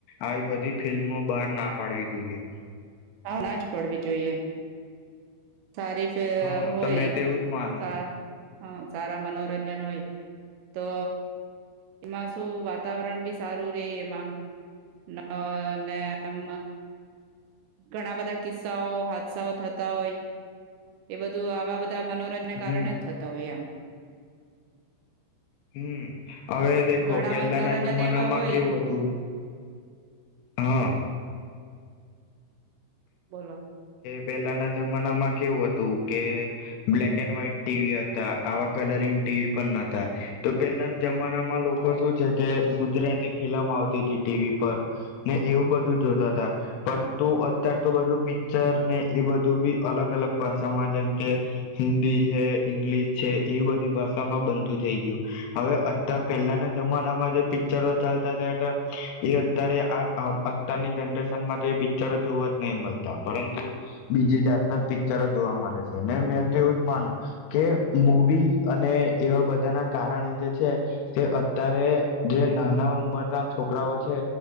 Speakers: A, on the left; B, on the right.
A: આવી બધી ફિલ્મો બહારના પાડવી જોઈએ.
B: આ નાજ પડવી જોઈએ સારી ફિલ્મ
A: હા
B: હોય
A: તો મેં તો એવું જ માનું
B: હા સારા મનોરંજન હોય તો એમાં શું વાતાવરણ બી સારું રે એમાં અને એમ ઘણા બધા કિસ્સાઓ હાદસાઓ થતા હોય. એ બધું આવા બધું. બધા મનોરંજના
A: હમ
B: કારણે જ થતા હોય એમ
A: હમ હવે દેખો
B: ઘણા
A: પેલાના
B: મનોરંજન
A: જમાનામાં
B: એવા હોય
A: કેવું હતું. હા
B: બોલો.
A: પેલાના જમાનામાં કેવું હતું કે. બ્લેક એન્ડ વ્હાઈટ ટીવી હતા આવા કલરિંગ ટીવી પણ ન તો પેલાના જમાનામાં લોકો શું છે. કે ગુજરાત ફિલ્મ આવતી હતી ટીવી પર. ને એવું બધું જોતા હતાા પરંતુ અતાર તો બધું પિક્ચર ને એ બધું બી અલગ અલગ ભાષામાં જેમ કે. હિન્દી છે ઇંગ્લિશ છે એ બધી ભાષામાં થ ગયું હવે અત પહેલાના જમાનામાં જે પિક્ચરો ચાલ ચાલતા એતો એ અત્યારે આપ આમ અત્યારની જનરેશન પિક્ચરો જોુવા જ. નહી મળતા પરંતુ બીજી જાતના પિક્ચરો જોવા મળે છે ને મે એવું જ માનું કે. મૂવી અને એવા બધાના કારણે જે. છે તે અત્યારે જે નાના ઉંમર ના છોકરાઓ છે